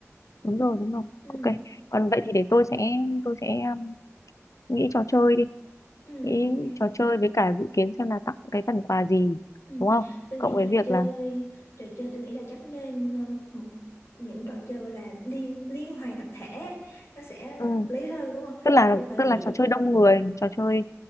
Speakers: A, on the left; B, on the left.
A: đúng rồi đúng rồi
B: Ừ,
A: ok còn vậy thì để tôi sẽ tôi sẽ um, nghĩ trò chơi đi
B: ừ,
A: nghĩ
B: ok.
A: trò chơi với cả dự kiến xem là tặng cái phần quà gì
B: Ừ.
A: đúng không
B: Tôi nghĩ
A: cộng với
B: trò
A: việc
B: chơi
A: là
B: trò chơi tôi nghĩ là chắc nên um, một những trò chơi gọi là liên liên hoàn tập thể nó sẽ
A: ừ.
B: hợp lý hơn đúng không?
A: tức là
B: Trò chơi ngoài
A: tức
B: biển.
A: là trò chơi đông người trò chơi